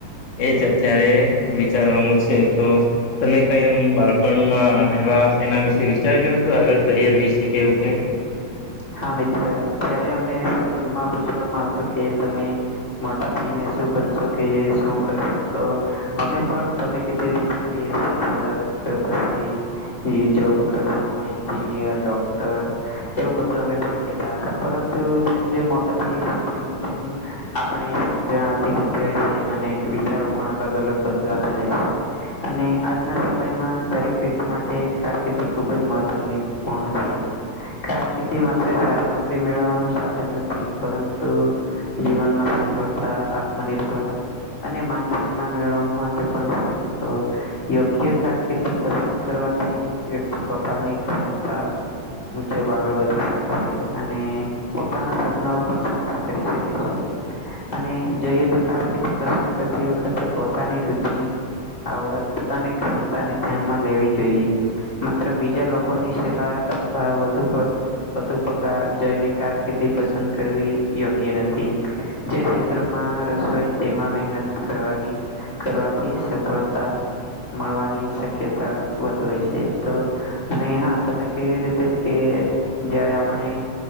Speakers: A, on the left; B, on the left.
A: એ જ અત્યારે વિચારવાનું છે તો તમે કઈ એમ બાળપણમાં એવા એના વિશે વિચાર્યું હતું આગળ કરિયર વિશે કે એવું કંઈ.
B: હા મિત્ર જયારે અમને સ્કૂલમાં પૂછવામાં આવતુ કે તમે મોટા થઈને શું બનશો કે શું કરશો તો અમે પણ તમે કીધૂ એ રીતે એ શિક્ષક પછી જોબ કરશું એન્જિનિયર ડોક્ટર એવું બધું તો અમે પણ કતા હતા પરંતુ જેમ જેમ મોટા થઈ છે તેમ તેમ આપણે સમજણ આવતી જતી હોય છે અને વિચારો પણ અલગ અલગ બદલાતા જાય છે. અને આજના સમયમાં દરેક વ્યક્તિ માટે કારકિર્દી ખૂબ જ મહત્વની પૂર્ણ છે. ક માત્ર સારી નોકરી મેળવવાનું સાધન નથી પરંતુ જીવનમાં સફળતા આત્મનિર્ભર અને માન સન્માન મેળવવા માટે પણ છે તો યોગ્ય કારકિર્દી પસંદ કરવાથી વ્યક્તિ પોતાની ક્ષમતા મુજબ આગળ વધે અને પોતાના સપના પણ સાકાર કરી શકે છે. અને જોઈએ તો કારકિર્દી પસંદ કરતી વખતે પોતાની રુચિ આવડત પોતાની ક્ષમતા ને ધ્યાનમાં લેવી જોઈએ. માત્ર બીજા લોકોની સલાહ અથવા વધુ વધુ પગાર જઈને કારકિર્દી પસંદ કરવી યોગ્ય નથી જે રસોઈ તેમાં મહેનત કરવાની કરવાથી સફળતા મળવાની શક્યતા વધુ હોય છે તો અને હા તમે કેવી રીતે જ કે જયારે આપણે